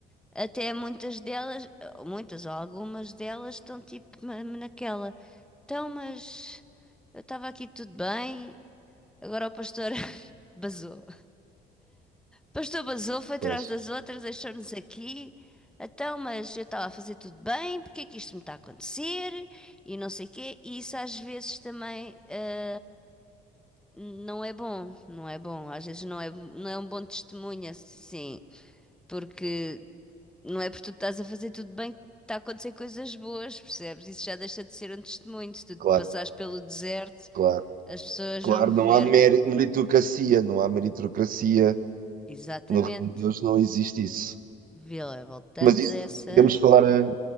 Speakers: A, in the centre; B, on the right.
A: até muitas delas, muitas ou algumas delas estão tipo na- naquela. Então, mas eu estava aqui tudo bem, agora o pastor <laughs> basou. Pastor Basou foi atrás
B: Pois,
A: das outras, deixou-nos aqui. Então, mas eu estava a fazer tudo bem, porque é que isto me está a acontecer? E não sei o quê. E isso às vezes também eh, não é bom, não é bom. Às vezes não é, não é um bom testemunho, assim, porque não é porque tu estás a fazer tudo bem que está a acontecer coisas boas, percebes? Isso já deixa de ser um testemunho. Se tu
B: claro,
A: passares pelo deserto,
B: claro.
A: as pessoas
B: Claro,
A: vão ver.
B: não há meri- meritocracia, não há meritocracia.
A: Exatamente.
B: No reino de Deus não existe isso.
A: Vê lá, voltamos
B: Mas isso
A: a essa.
B: podemos falar, eh,